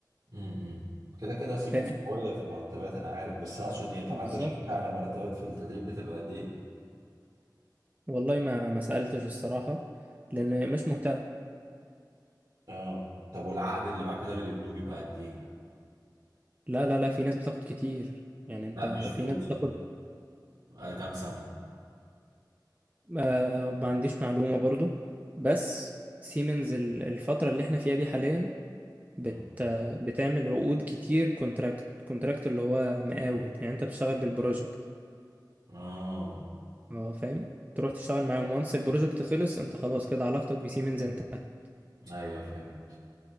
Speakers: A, on the right; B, on the right.
A: مم. كده كده سيمنز
B: فاهم
A: قويه في مرتبات انا عارف بس انا اقصد يعني
B: بالظبط
A: ما عندكش فكره عن المرتبات في التدريب بتبقى قد ايه
B: والله ما ما سألتش الصراحة لأن مش مهتم
A: اه طب والعقد اللي بعد كده اللي بيمدوه بيبقى قد ايه
B: لا لا لا في ناس بتاخد كتير يعني أنت
A: لا
B: في
A: مش فلوس
B: ناس بتاخد
A: آه، كام سنة
B: آه ما عنديش معلومة برضو بس سيمنز ال- الفترة اللي احنا فيها دي حاليا بت
A: مم.
B: آه، بتعمل عقود كتير كونتراكت كونتراكت اللي هو مقاول يعني أنت بتشتغل بالبروجكت
A: اه
B: اه فاهم تروح تشتغل معاهم وانس البروجكت خلص انت خلاص كده علاقتك بسيمنز انتهت
A: ايوه فهمت